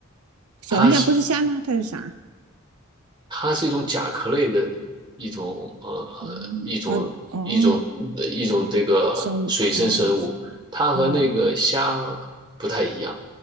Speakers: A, on the right (about 80°); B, on the right (about 20°).
A: 小龙虾不是虾吗？
B: 它是
A: 它是啥？
B: 它是一种甲壳类的一种呃一种一种一种这个水生生物，
A: 哦哦哦，生物哦，
B: 它和那个虾
A: 哦，
B: 不太一样。